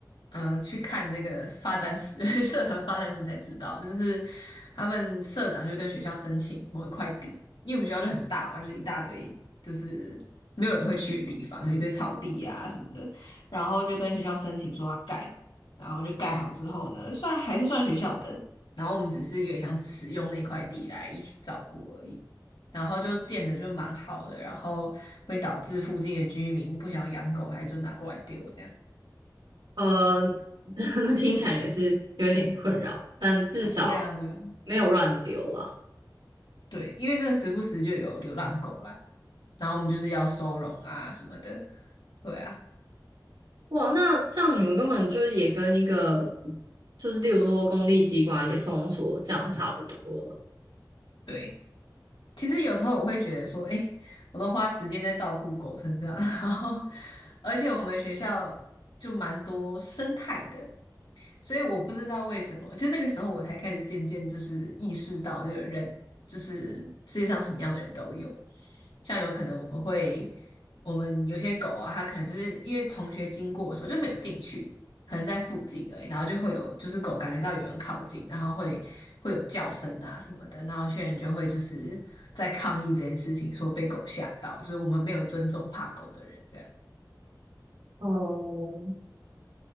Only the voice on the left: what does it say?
呃去看那个发展史 <laughs> 社团发展史才知道，就是他们社长就跟学校申请某一块地，因为我们学校就很大嘛，就是一大堆就是没有人会去的地方，有一堆草地呀、什么的，然后就跟学校申请说要盖，然后就盖好之后呢，算还是算学校的，然后我们只是有点像是使用那块地来一起照顾而已。然后就建的就蛮好的，然后会导致附近的居民不想要养狗，还就拿过来丢这样。
对啊，对啊，
对，因为这时不时就有流浪狗啦，然后我们就是要收容啊什么的。对啊，
对。其实有时候我会觉得说，诶，我都花时间在照顾狗身上，<laughs> 然后而且我们学校就蛮多生态的，所以我不知道为什么，就那个时候我才开始渐渐就是意识到，这个人就是世界上什么样的人都有，像有可能我们会，我们有些狗啊，它可能就是因为同学经过的时候就没有进去，可能在附近而已，然后就会有就是狗感觉到有人靠近，然后会会有叫声啊什么的，然后有些人就会就是在抗议这件事情，说被狗吓到，就是我们没有尊重怕狗的人这样。